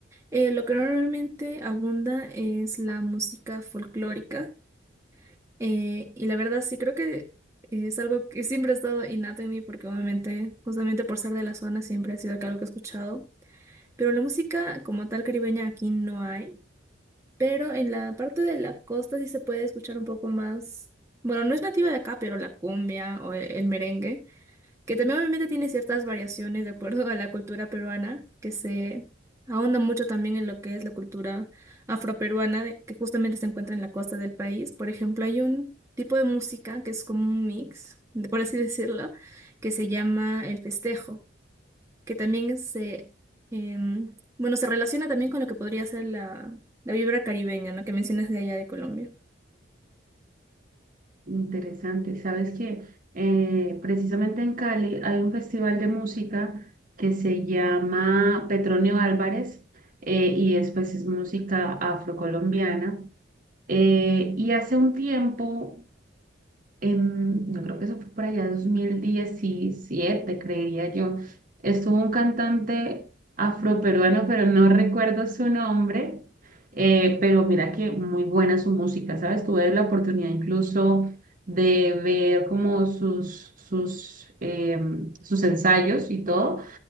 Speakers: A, on the right; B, on the right.
A: eh, lo que normalmente abunda es la música folclórica. eh, y la verdad sí creo que es algo que siempre ha estado innato en mí porque obviamente, justamente por ser de la zona, siempre ha sido que algo que he escuchado. Pero la música como tal caribeña aquí no hay. Pero en la parte de la costa sí se puede escuchar un poco más. Bueno, no es nativa de acá, pero la cumbia o el el merengue. que también obviamente tiene ciertas variaciones de acuerdo a la cultura peruana, que se ahonda mucho también en lo que es la cultura afroperuana, de- que justamente se encuentra en la costa del país. Por ejemplo, hay un tipo de música que es como un mix, de- por así <laughs> decirlo, que se llama el festejo, que también se, em, bueno, se relaciona también con lo que podría ser la, la vibra caribeña, ¿no? Que mencionas de allá de Colombia.
B: Interesante. Sabes que eh, precisamente en Cali hay un festival de música que se llama Petronio Álvarez eh, y es pues es música afrocolombiana. Eh, y hace un tiempo em, yo creo que eso fue por allá dos mil diecisiete creería yo. Estuvo un cantante afroperuano, pero no recuerdo su nombre, eh, pero mira que muy buena su música, ¿sabes? Tuve la oportunidad incluso de ver como sus, sus, em, sus ensayos y todo,